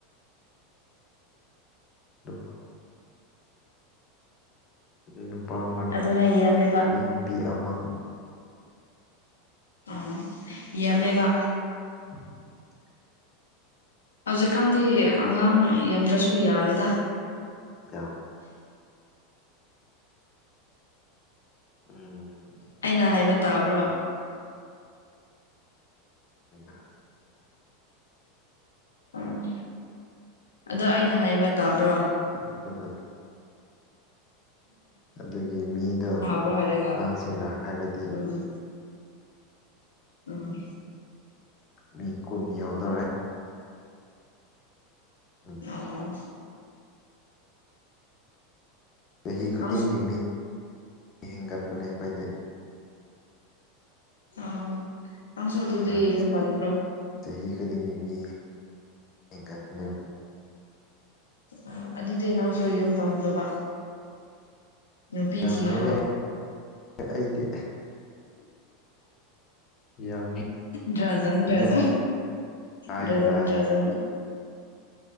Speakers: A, on the left; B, on the left.
A: ꯅꯨꯄꯥ ꯑꯃ ꯅꯨꯄꯥ ꯃꯔꯤ
B: ꯑꯗꯨꯅ ꯌꯥꯝꯃꯦꯕ
A: ꯑꯩ ꯅꯨꯄꯤ ꯑꯃ
B: ꯑꯣ ꯌꯥꯝꯃꯦꯕ
A: <inaudible>
B: ꯍꯧꯖꯤꯛꯀꯥꯟꯗꯤ ꯑꯉꯥꯡ ꯌꯥꯝꯗ꯭ꯔꯁꯨ ꯌꯥꯔꯦꯗ
A: ꯌꯥꯝ ꯎꯝ
B: ꯑꯩꯅ ꯍꯥꯏꯕ ꯇꯥꯕ꯭ꯔꯣ
A: ꯑꯗ
B: ꯎꯝ ꯑꯗꯣ ꯑꯩꯅ ꯍꯥꯏꯕ ꯇꯥꯕ꯭ꯔꯣ
A: <unintelligible> ꯑꯗꯨꯒꯤ ꯃꯤꯗꯣ
B: ꯇꯥꯕ꯭ꯔꯣ
A: ꯑꯉꯥꯡꯁꯤꯡꯒ
B: ꯍꯥꯏꯔꯒ
A: ꯍꯥꯏꯔꯗꯤ
B: ꯎꯝ ꯎꯝ
A: ꯃꯤ ꯀꯨꯟ ꯌꯧꯗꯧꯔꯦ ꯎꯝ
B: <unintelligible>
A: ꯆꯍꯤ ꯈꯨꯗꯤꯡꯒꯤ
B: ꯅꯪꯁꯨ
A: ꯃꯤ ꯍꯦꯟꯒꯠꯄꯅꯦ ꯑꯩꯈꯣꯏꯗꯤ
B: ꯑꯥ ꯅꯪꯁꯨ ꯑꯗꯨꯗꯤ
A: ꯍꯣꯏ
B: ꯌꯨꯝ ꯄꯟꯈ꯭ꯔꯣ
A: ꯆꯍꯤ ꯈꯨꯗꯤꯡꯒꯤ ꯃꯤ ꯍꯦꯟꯒꯠꯄꯅꯦꯕ
B: ꯑ ꯑꯗꯨꯗꯤ ꯅꯪꯁꯨ ꯌꯣꯟ ꯄꯥꯟꯈ꯭ꯔꯣꯕ ꯅꯨꯄꯤ
A: ꯌꯥꯝꯒꯅꯤ
B: ꯊꯤꯈ꯭ꯔꯣ
A: ꯑꯩꯗꯤ ꯌꯥꯝꯉ
B: ꯗ꯭ꯔꯖꯟ ꯗ꯭ꯔꯖꯟ
A: ꯇꯥꯏꯌꯦ
B: ꯗ꯭ꯔꯖꯟ
A: ꯇꯥꯏꯌꯦ
B: ꯗ꯭ꯔꯖꯟ